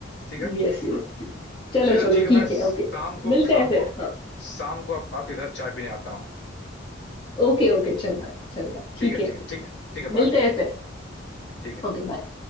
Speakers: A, on the left; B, on the left.
A: ठीक है
B: यस यस चलो
A: चलिए तो
B: चलो
A: ठीक है मैं
B: ठीक
A: शाम
B: है ओके
A: को
B: मिलते
A: शाम
B: हैं फिर
A: को
B: हाँ
A: शाम को आप, आपके घर चाय पीने आता हूँ
B: ओके ओके चलता है चलेगा ठीक
A: ठीक है
B: है
A: ठीक है ठीक है ठीक है
B: मिलते
A: बाय
B: हैं फिर
A: ठीक है
B: ओके बाय